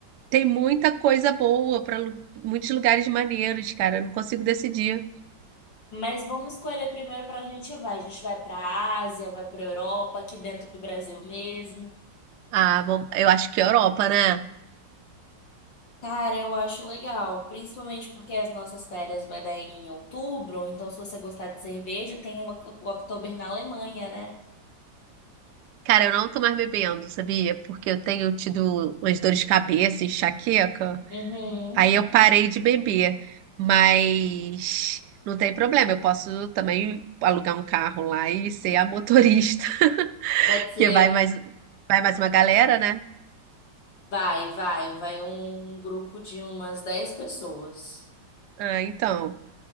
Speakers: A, on the right; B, on the left.
A: tem muita coisa boa para muitos lugares maneiros, cara. Eu não consigo decidir.
B: Mas vamos escolher primeiro pra onde a gente vai. A gente vai pra Ásia, vai pra Europa, aqui dentro do Brasil mesmo.
A: Ah, vamos, eu acho que é Europa, né?
B: Cara, eu acho legal, principalmente porque as nossas férias vai dar em outubro, então se você gostar de cerveja, tem o Oc- o Oktober na Alemanha, né?
A: Cara, eu não tô mais bebendo, sabia? Porque eu tenho tido umas dores de cabeça, enxaqueca.
B: Uhum.
A: Aí eu parei de beber. Mas não tem problema, eu posso também alugar um carro lá e ser a motorista, <laughs>
B: Vai ser
A: que vai mais, vai mais uma galera, né?
B: Vai, vai, vai um um grupo de umas 10 pessoas.
A: Ah, então.